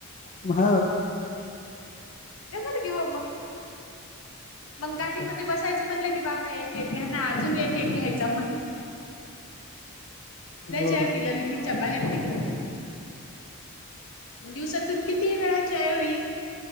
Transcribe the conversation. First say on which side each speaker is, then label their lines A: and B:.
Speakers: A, on the left; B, on the left.
A: मह
B: <unintelligible> हो मंग, मंग गाडीमध्ये
A: अच्छा
B: बसायचं म्हणलं की बाबा याय एक घ्या ना, अजून एक एक घ्याचा म लय
A: हो
B: चाय
A: का
B: पिला लिमिटच्या बाहेर तिकडं दिवसातून कितीही वेळा चय होई